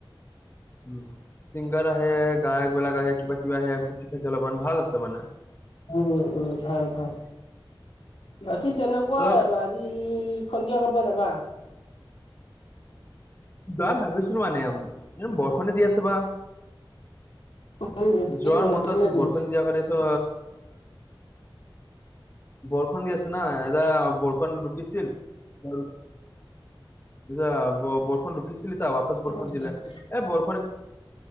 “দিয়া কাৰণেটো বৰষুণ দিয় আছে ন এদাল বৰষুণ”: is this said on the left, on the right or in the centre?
Left